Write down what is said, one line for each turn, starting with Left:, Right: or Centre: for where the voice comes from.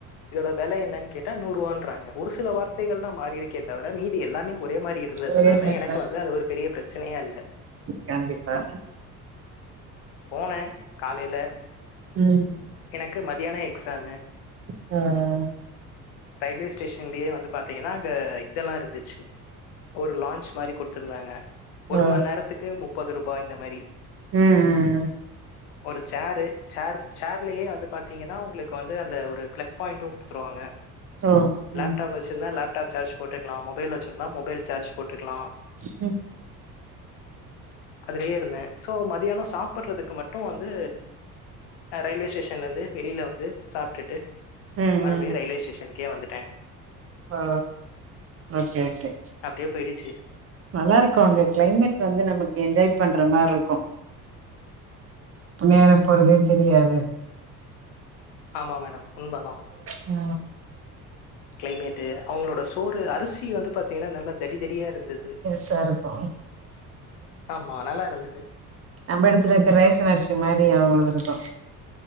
Left: இதோட வெல என்னன் கேட்டா நூர் ரூவான்றாங்க ஒரு சில வார்த்தைகள் தா மாரி இருக்கே தவர மீதி எல்லாமே ஒரே மாரி இருந்ததனால
Right: ஒரே மாரிதா
Left: எனக்கு வந்து அது ஒரு பெரிய பிர ச்சனையா இல்ல
Right: கண்டிப்பா
Left: போன காலைல
Right: ம்
Left: எனக்கு மதியான எக்ஸாமு
Right: ம் ம்
Left: ரயில்வே ஸ்டேஷன்லயே வந்து பாத்தீங்கன்னா அங்க இதெல்லா இருந்துச்சு ஒரு லான்ச் மாரி குடுத்துருந்தாங்க ஒரு
Right: ஆ
Left: மண் நேரத்துக்கு முப்பது ரூபாய் இந்த மாரி
Right: ம் ம் ம்
Left: ஒரு சேரு சேர் சேர்லயே வந்து பாத்தீங்கன்னா உங்களுக்கு வந்து அந்த ஒரு ஃப்ளக் பாயிண்ட்டு குடுத்துருவாங்க
Right: ஓ
Left: லேப்டாப்
Right: ம்
Left: வச்சிருந்தா லேப்டாப் சார்ஜ் போட்டுக்கலா மொபைல் வச்சிருந்தா மொபைல் சார்ஜ் போட்டுக்கலா
Right: ம்
Left: அதுலயே இருந்த சோ மதியானோ சாப் சாப்பட்றதுக்கு மட்டு வந்து அ ரயில்வே ஸ் டேஷன்ல இருந்து வெளில வந்து சாப்ட்டுட்டு
Right: ம்
Left: மறுபடியு ரயில்வே ஸ்டேஷனுக்கே வந்துட்ட
Right: இப்ப ஓகே ஓகே
Left: அப்டே போயிடிச்சி
Right: நல்லா இருக்கு அங்க கிளைமேட் வந்து நமக்கு என்ஜாய் பண்ற மார்ருக்கு புண்ணியாரோ போறதே தெரியாது
Left: ஆமா மேடம் உண்ம‌ தா
Right: ஆ
Left: கிளைமேட்டு அவுங்களோட சோறு அரிசி வந்து பாத்தீங்ன்னா நல்லா தடி தடியா இருந்துது
Right: சருக்கு
Left: ஆமா நல்லா இருந்தது
Right: நம்ம இடத்துல இருக்க ரேஷன் அரிஷி மாரி அவுங்களுக் இருக்கு